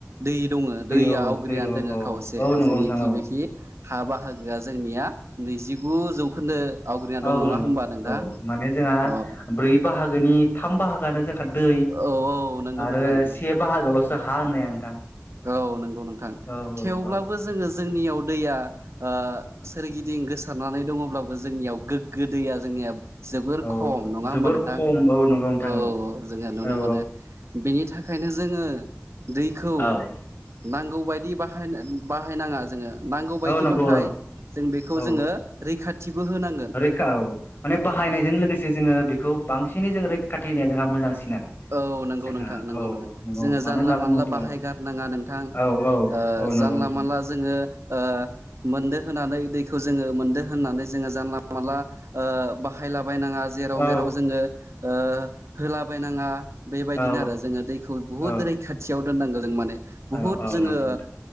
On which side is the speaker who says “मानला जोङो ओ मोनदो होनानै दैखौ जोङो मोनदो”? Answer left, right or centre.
Right